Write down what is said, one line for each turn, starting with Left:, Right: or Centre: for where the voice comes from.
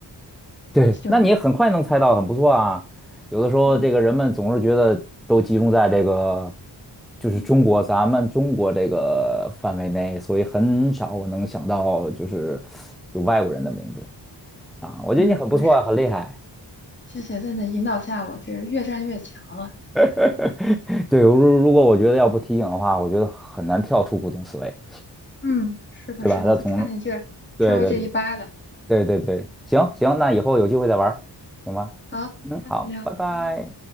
Centre: 对，
Left: 行，
Centre: 那你很快能猜到，很不错啊。有的时候，
Left: 嗯
Centre: 这个人们总是觉得都集中在这个，就是中国咱们中国这个范围内，
Left: 嗯
Centre: 所以很少我能想到就是就外国人的名字啊。我觉得你很不错啊，
Left: 嗯，我也是。
Centre: 很厉害。
Left: 谢谢在你的引导下，我这越战越强了。
Centre: <laughs> 对，如如果我觉得要不提醒的话，我觉得很难跳出固定思维，
Left: 嗯，是的，
Centre: 对吧？
Left: 是的，
Centre: 他总
Left: 就差你这稍微这一掰了。
Centre: 对对对。对对对，行行，那以后有机会再玩儿行吗？
Left: 好，
Centre: 嗯，
Left: 下次聊，
Centre: 好，拜拜。
Left: 拜拜。